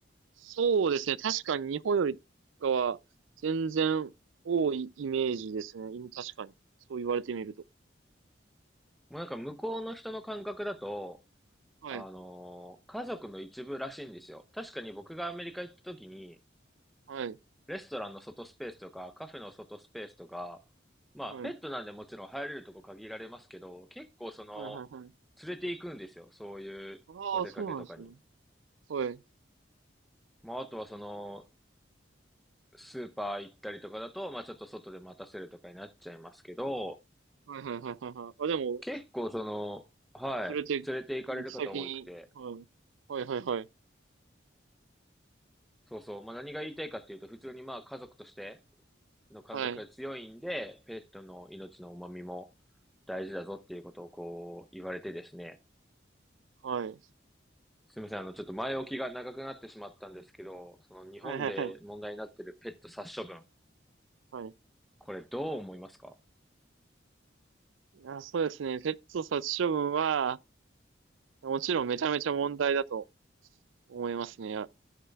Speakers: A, on the right (about 85°); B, in the centre.
A: そうですね。確かに日本よりかは全然多いイメージですね。今確かに。そう言われてみると。
B: もうなんか向こうの人の感覚だと、
A: はい。
B: あのー家族の一部らしいんですよ。確かに僕がアメリカ行った時に、
A: はい。
B: レストランの外スペースとか、カフェの外スペースとか、まあ、
A: はい。
B: ペットなんでもちろん入れるとこ限られますけど、結構その、
A: はいはいはい。
B: 連れて行くんですよ。そういうお出かけとかに。
A: ああ、そうなんですね。はい。
B: まあ、あとはその、スーパー行ったりとかだと、まあ、ちょっと外で待たせるとかになっちゃいますけど、
A: はいはいはいはいはい。あ、でも、
B: 結構その、はい、
A: それで、
B: 連れて行かれる方多くて、
A: 行き先に、はい。はいはいはい。
B: そうそう、まあ、何が言いたいかっていうと、普通にまあ、家族としての感覚が強いんで、
A: はい。
B: ペットの命の重みも大事だぞっていうことをこう、言われてですね、
A: はい。
B: すみません、あの、ちょっと前置きが長くなってしまったんですけど、その日本で問題になってるペット殺処分、
A: はいはいはい。はいはいはい
B: これどう思いますか
A: いや、そうですね。ペット殺処分は、もちろんめちゃめちゃ問題だと思いますね。